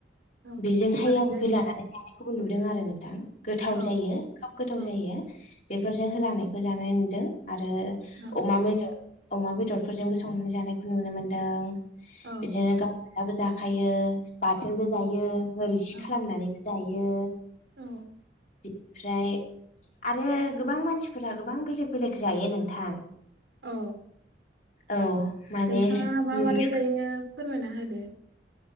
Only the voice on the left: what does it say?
बेजोंहाय
आं
होलानानै जानायखौबो नुदों आरो नोंथां। गोथाव
जायो खोब गोथाव
जायो बेफोरजों होलानायखौ जानाय नुदों आरो।
अमा बेदर अमा बेदरफोरजोंबो संनानै जानायखौ नुनो मोनदों।
बिदिनो <unintelligible> जाखायो बाथोनबो जायो रोसि
खालामनानै जायो
बिनिफ्राय आरो गोबां मानसि <unintelligible> गोबां बेलेग- बेलेग जायो नोंथां।
औ। माने
नुयो